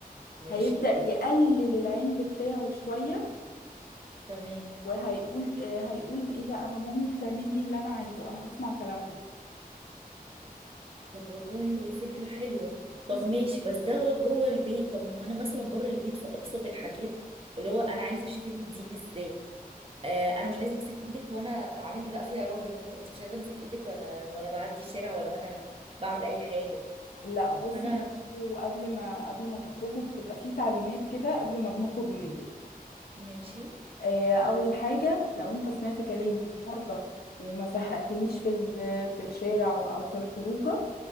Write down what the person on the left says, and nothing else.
هيبدأ يقلل العند بتاعه شوية
وهيقول آه، هيقول ايه ده انا مامي بتعمل لي اللي انا عايزه انا هسمع كلامها
بصي
لا بصي
وقبل ما قبل ما تخرجوا بتبقى في تعليمات كده قبل ما بنخرج من البيت
آه، اول حاجه لو انت سمعت كلامي النهارده وما زهقتنيش في ال- في الشارع او في الخروجه